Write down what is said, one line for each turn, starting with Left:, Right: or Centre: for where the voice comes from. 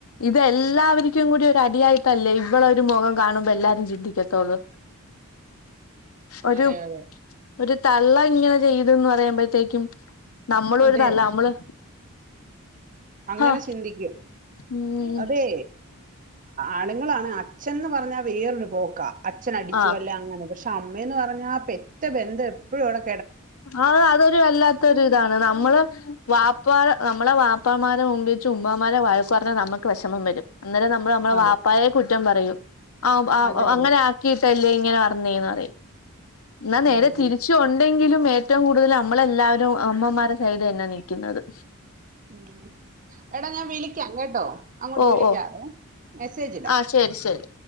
Left: ഇതെല്ലാവരിക്കും കൂടി ഒരു അടിയായിട്ടല്ലേ ഇവളെ ഒരു മൊഖം കാണു എല്ലാരും ചിന്തിക്കത്തൊള്ളൂ ഒരു
Right: അതെ അതെ
Left: ഒരു തള്ള ഇങ്ങനെ ചെയ്തന്ന് പറയുമ്പഴത്തേക്കും നമ്മൾളൊരു
Right: അതെ
Left: തള്ള നമ്മള്
Right: അങ്ങനെ
Left: ഹ
Right: ചിന്തിക്കും
Left: ഉം
Right: അതെ ആണങ്കി നിങ്ങളാണ് അഛൻന്ന് പറഞ്ഞാൽ വേറൊരു പോക്ക അഛനടിച്ചു
Left: ആഹ്
Right: അല്ലേ അങ്ങനെ പക്ഷെ അമ്മേന്ന് പറഞ്ഞ ആ പെറ്റ ബന്ധം എപ്പോഴും ഇവിടെ
Left: അ അതൊരു വല്ലാത്ത ഒരു ഇതാണ് നമ്മള് വാപ്പാടെ നമ്മളെ വാ പ്പമാ മുമ്പി വെച്ച് ഉമ്മമാരെ വഴ പറഞ്ഞ നമുക്ക് വിഷമം വരും അന്നേരം നമ്മൾ
Right: ആ,
Left: നമ്മള
Right: അതെ
Left: വാപ്പായെ കുറ്റം പറയൂ ആ -
Right: അതെ
Left: അങ്ങനെ
Right: അതെ
Left: ആക്കിയിട്ടല്ലേ ഇങ്ങനെ പറഞ്ഞേന്ന് പറ എന്നാ നേരെ
Right: ഉം.
Left: തിരിച്ചു ഉണ്ടെങ്കിലും ഏറ്റവും കൂടുതൽ നമ്മളെല്ലാവരും അമ്മമാരുടെ സൈഡ് തന്നെ നിൽക്കുന്നത്
Right: ഉ എടാ ഞാൻ വിളിക്കാം കേട്ടോ അങ്ങോട്ട്
Left: ഓ
Right: വിളിക്കാവേ
Left: ഓ
Right: മെസ്സേജ് ഇടാം
Left: ആഹ് ശരി ശരി